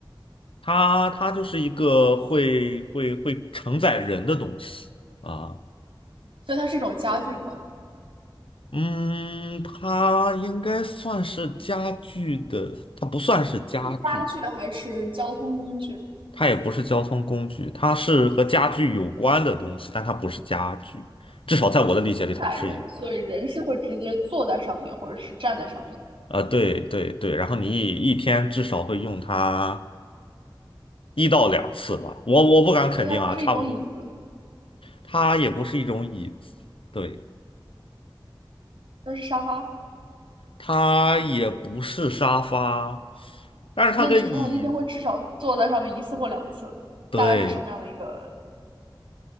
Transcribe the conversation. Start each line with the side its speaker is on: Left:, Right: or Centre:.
Left: 它它就是一个会会会承载人的东西啊。
Right: 所以它是一种家具嘛，
Left: 嗯，它应该算是家具的，它不算是家具，
Right: 家具还是交通工具，
Left: 它也不是交通工具，它是和家具有关的东西，但它不是家具，至少在我的理解里，
Right: 承载人，
Left: 它不是一个。
Right: 所以人是会直接坐在上面或者是站在上面，
Left: 呃，对对对，然后你一天至少会用它一到两次吧，我我不敢肯定啊，
Right: 所以它是一种椅子，
Left: 差不多。它也不是一种椅子，对，
Right: 它是沙发。
Left: 它也不是沙发，但是它跟椅，
Right: 那你说它一天会至少坐在上面一次或两次，
Left: 对，
Right: 大概是什么样的一个，